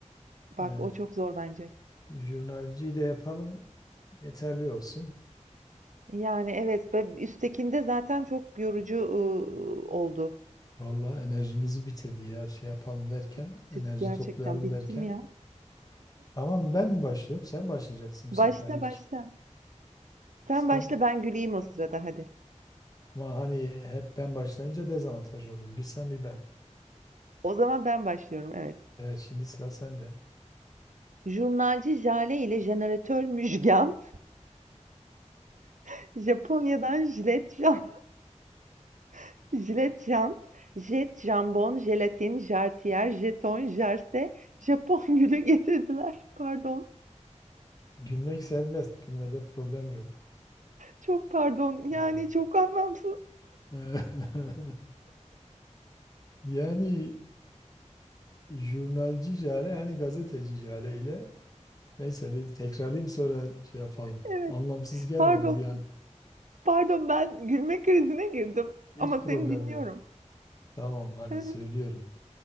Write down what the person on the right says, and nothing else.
Bak
o çok zor bence.
Yani, evet ve üsttekinde zaten çok yorucu, ııı, oldu.
Bitirdik
gerçekten.
Bittim
ya.
Başla,
başla. Sen
başla, ben güleyim o sırada hadi.
O zaman ben başlıyorum, evet.
Jurnalci Jale ile jeneratör Müjgan, <laughs> Japonya'dan jilet jan <laughs> jilet jant, jet jambon, jelatin, jartiyer, jeton, jarse, Japon <laughs> gülü getirdiler. Pardon,
çok pardon. Yani
çok anlamsız.
Evet,
pardon.
Pardon, ben gülme krizine girdim
ama
seni dinliyorum.
<laughs>